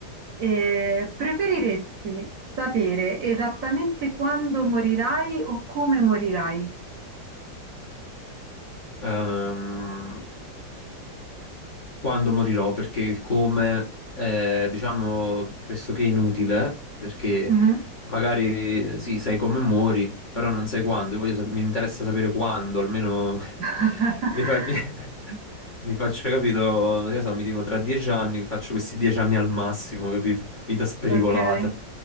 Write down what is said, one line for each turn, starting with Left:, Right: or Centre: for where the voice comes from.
Right: e preferiresti sapere esattamente quando morirai o come morirai?
Left: Ehm, quando morirò, perché il come è, diciamo, pressoché inutile, perché
Right: Mhm.
Left: magari sì, sai come muori, però non sai quando. Io voglio sap- mi interessa sapere quando, almeno
Right: <laughs>
Left: <laughs> mi, fa- mi- mi faccio, capito, io so, mi dicono tra dieci anni, faccio questi dieci anni al massimo, capito? Vita spericolata.
Right: Okay.